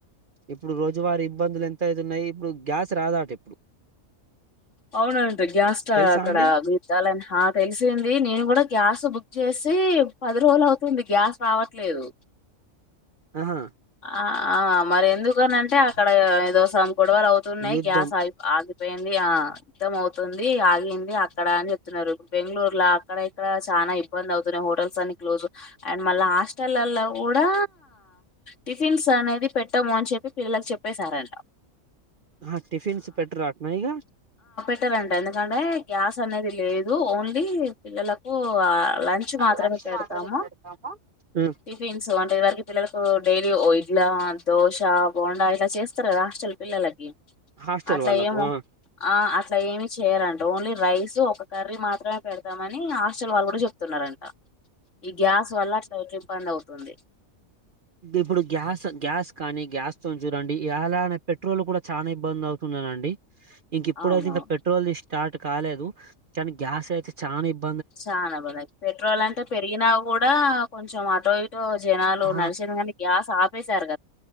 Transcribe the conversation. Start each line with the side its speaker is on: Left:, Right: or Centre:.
Right: ఇప్పుడు రోజువారి ఇబ్బందులు ఎంతయితున్నాయి. ఇప్పుడు గ్యాస్ రాదాట ఇప్పుడు
Left: అవునంట గ్యాస్ట
Right: తెలుసా
Left: అక్కడ
Right: అండి
Left: గుద్దాలని హ తెలిసింది నేను గూడ గ్యాస్ బుక్ చేసి పది రోజులు అవుతుంది. గ్యాస్ రావట్లేదు.
Right: ఆ
Left: ఆ ఆ మరి ఎందుకనింటే అక్కడ ఏదోసం గొడవలు అవుతున్నాయి
Right: యుద్ధం
Left: గ్యాస్ ఆగి ఆగిపోయింద ఆ అర్ధం అవుతుంది. ఆగింది అక్కడ అని చెప్తున్నరు. బెంగళూరుల అక్కడ ఇక్కడ చాన ఇబ్బంది అవుతు హోటల్స్ అని క్లోజ్ అండ్ మళ్ళ హాస్టలల్ల కుడా టిఫిన్స్ అనేది పెట్టము అని చెప్పి పిల్లలకు చెప్పేసారంట.
Right: ఆ టఫిన్స్ పెట్టారాట్నా ఇగా
Left: ట్టరంట ఎందుకంటే గ్యాస్ అనేది లేదు ఓన్లీ పిల్లలకు లంచ్ మాత్రమే
Right: లంచ్
Left: పెడతాము
Right: మాత్రమే పెడతాము ఉమ్,
Left: టిఫన్స్ం ఇది వరకి పిల్లలకు డైలీ ఇడ్లా, దోశా, బోండా ఇట్లా చేస్తరు గదా హాస్టల్ పిల్లలకి.
Right: హాస్టల్
Left: అట్ల
Right: వాళ్ళకు
Left: ఏమో
Right: ఆ
Left: ఆ అట్ అట్ల ఏమి చేయరంట. ఓన్లీ రైస్ ఒక కర్రీ మాత్రమే పెడతామని హాస్టల్ వాళ్ళు గూడ చెప్తున్నరంట. ఈ గ్యాస్ వల్ల అట్ల ఇట్ల ఇబ్బంది అవుతుంది.
Right: ఇప్పుడు గ్యాస్ గ్యాస్ కానీ గ్యాస్తోని చూడండి. యాలానే పెట్రోల్ కూడా చానా ఇబ్బంది అవుతుననం ఇంక ఇప్పుడయితే
Left: అవునవును
Right: ఇంక పెట్రోల్ది స్టార్ట్ కాలేదు. కాని గ్యాస్ అయితే చానా ఇబ్బం
Left: చానా బద పెట్రోల్ అంటే పెరిగినా కూడా కొంచెం అటో ఇటో జ నాలు
Right: ఆ
Left: నడిశింగని గ్యాస్ ఆఫ్ జేసారు